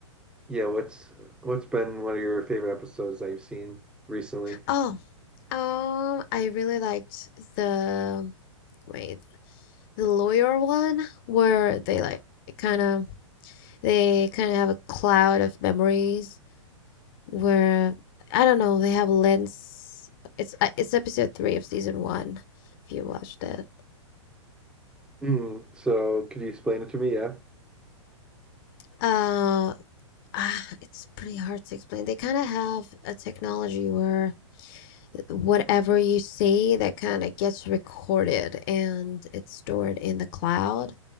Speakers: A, in the centre; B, on the left (about 45°).
A: Yeah, what's what's been one of your favorite episodes that you've seen recently?
B: Oh, um, I really liked the wait, the lawyer one where they like kind of they kind of have a cloud of memories where I don't know, they have lens. It's uh, it's episode 3 of season 1 if you watched it.
A: Mm, so could you explain it to me? Yeah.
B: Uh, ah, it's pretty hard to explain. They kind of have a technology where whatever you see that kind of gets recorded and it's stored in the cloud.